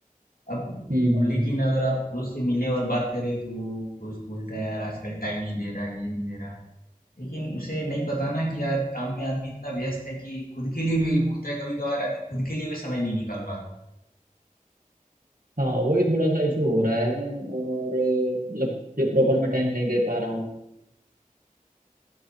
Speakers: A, on the left; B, on the right.
A: अब
B: हम्म
A: अब
B: हम्म
A: लेकिन
B: हम्म।
A: अगर आप दोस्त से मिले और बात करें तो वो दोस्त बोलता है यार आजकल टाइम नहीं दे रहा ये नहीं दे रहा लेकिन उसे नहीं पता ना कि यार काम में आदमी इतना व्यस्त है कि खुद के लिए भी होता है कभी कभार आदमी खुद के लिए भी समय नहीं निकाल पाता
B: हाँ वही थोड़ा सा इशू हो रहा है और अ, मतलब जो प्रॉपर में टाइम नहीं दे पा रहा हूँ